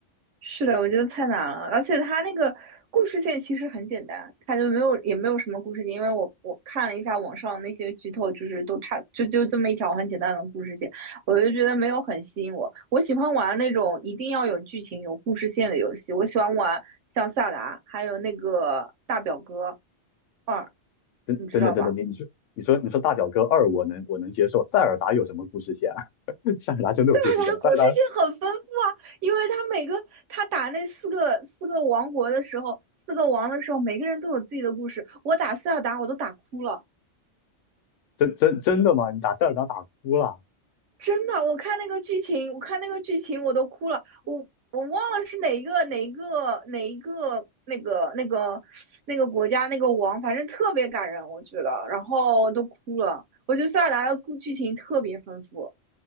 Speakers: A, on the right (about 80°); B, on the left (about 85°).
A: 是的，我觉得太难了，而且它那个故事线其实很简单，它就没有也没有什么故事线，因为我我看了一下网上那些剧透，就是都差就就这么一条很简单的故事线，我就觉得没有很吸引我。我喜欢玩那种一定要有剧情、有故事线的游戏，我喜欢玩像《萨达》还有那个《大表哥二》，
B: 等等等等等，
A: 你知道吧？
B: 你说你说你说大表哥二我能我能接受，塞尔达有什么故事线啊？<laughs> 塞尔达真的有故事线吗？
A: 塞尔达故事性很丰富啊，
B: 塞尔达
A: 因为他每个他打那四个四个王国的时候，四个王的时候，每个人都有自己的故事。我打塞尔达，我都打哭了，
B: 真真真的吗？你打塞尔达打哭了，
A: 真的。我看那个剧情，我看那个剧情，我都哭了。我我忘了是哪一个哪一个哪一个那个那个那个国家那个王，反正特别感人，我觉得，然后都哭了。我觉得塞尔达的故剧情特别丰富，